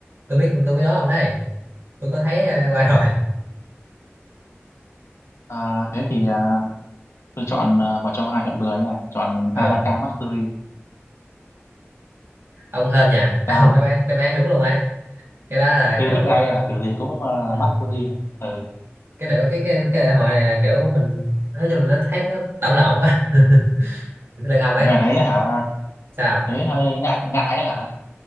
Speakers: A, on the right; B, on the left.
A: tôi biết tôi biết đó ông đấy tôi có thấy ờ, qua rồi
B: Ờ, thế thì ờ, tôi chọn ờ, một trong hai chọn bừa nha chọn
A: ờ
B: Hadaka Mastery
A: ông hên nhà <laughs>
B: sao
A: ông đáp án đáp án đúng luôn ấy cái đó là
B: tôi
A: kiểu
B: biết ngay
A: ờ,
B: mà kiểu gì cũng ờ,
A: ừ.
B: Mastery mà. ừ
A: cái điệu cái cái cái lễ hội này là kiểu mình nói chung là nó thấy nó tạm lộn quá <laughs> Thì cái lưng ông ấy
B: nhưng mà thấy hả
A: sao
B: thấy hơi ngại ngại ấy hả